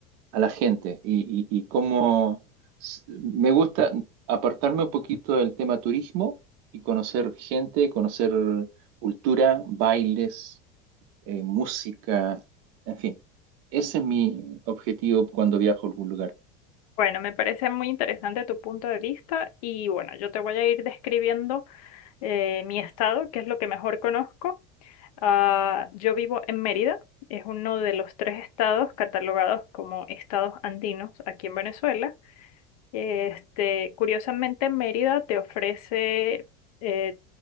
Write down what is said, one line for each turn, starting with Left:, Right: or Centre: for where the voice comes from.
Right: a la gente y, y, y cómo s- me gusta apartarme un poquito del tema turismo y conocer gente, conocer cultura, bailes, eh, música, en fin. Ese es mi objetivo cuando viajo a algún lugar.
Left: Bueno, me parece muy interesante tu punto de vista y bueno, yo te voy a ir describiendo eh, mi estado, que es lo que mejor conozco. Ah, yo vivo en Mérida, es uno de los tres estados catalogados como estados andinos aquí en Venezuela. Este, curiosamente, Mérida te ofrece eh,